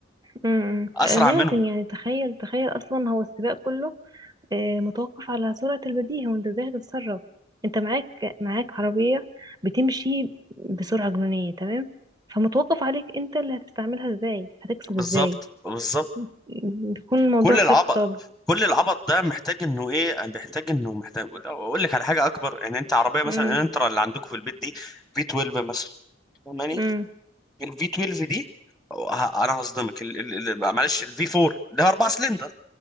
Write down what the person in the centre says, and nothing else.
أسرع
منهم
بالظبط
بالظبط
كل
العبط كل العبط ده محتاج انه ايه محتاج انه محتاج اقول لك على حاجه اكبر يعني انت عربيه مثلا
الانترا اللي عندك في البيت دي في 12 مثلا فاهماني
الفي 12 دي ه- انا هصدمك ال... ال... ال... معلش الفي 4 اللي هي 4 سلندر